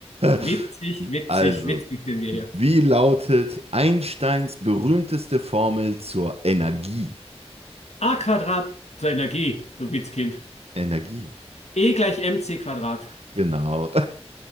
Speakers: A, on the left; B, on the right.
A: Witzig,
B: <laughs>
A: witzig,
B: also,
A: witzig sind wir hier.
B: wie lautet Einsteins berühmteste Formel zur Energie?
A: A Quadrat zur Energie, du Witzkind.
B: Energie,
A: E gleich mc Quadrat.
B: genau. <laughs>